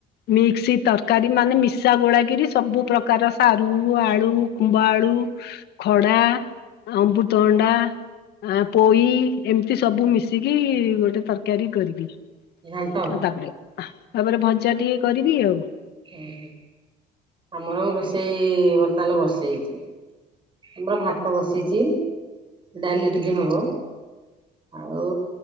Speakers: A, on the left; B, on the right.
A: ମିକ୍ସି ତରକାରୀ ମାନେ ମିଶା ଗୋଳାକରି ସବୁ ପ୍ରକାର ସାରୁ, ଆଳୁ, କୁମ୍ଭଆଳୁ ଖଡ଼ା, ଅମ୍ବୁତଭଣ୍ଡା ଆ ପୋଇ, ଏମିତି ସବୁ ମିଶିକି ଗୋଟେ ତରକାରୀ କରିବି।
B: ଘାଣ୍ଟ
A: ଆ ତାପରେ, ତାପରେ ଭଜା ଟିକେ କରିବି ଆଉ।
B: ହୁଁ ହୁଁ। ଆମର ରୋଷେଇ ବର୍ତ୍ତମାନ ବସେଇଛି। ଆମର ଭାତ ବସିଛି, ଡାଲି ଟିକେ ହବ, ଆଉ